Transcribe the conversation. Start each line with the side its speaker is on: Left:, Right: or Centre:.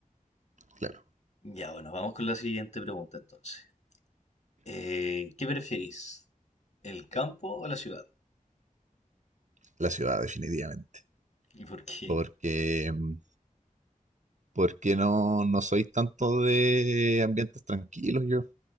Right: claro,
Left: Ya, bueno, vamos con la siguiente pregunta entonces. Eh, ¿qué preferís? ¿El campo o la ciudad?
Right: la ciudad definitivamente.
Left: ¿Y por qué?
Right: Porque, mm, porque no, no soy tanto de ambientes tranquilos yo.